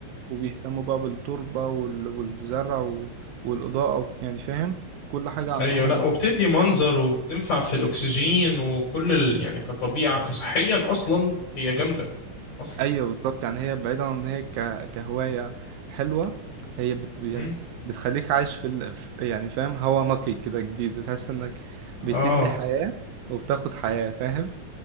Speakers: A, on the right; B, on the left.
A: وبيهتموا بقى بالتربة وال- والزرع و- والإضاءة و- يعني فاهم كل حاجة عندهم
B: أيوة لأ وبتدي منظر وبتنفع في الأكسجين وكل ال... يعني كطبيعة كصحيا أصلا هي جامدة أصلا
A: أيوة بالظبط يعني هي بعيدا عن إن هي ك- كهواية حلوة هي بت يعني
B: مم.
A: بتخليك عايش في ال... في- يعني فاهم هوا نقي كده جديد بتحس إنك بتدي
B: آه
A: حياة وبتاخد حياة فاهم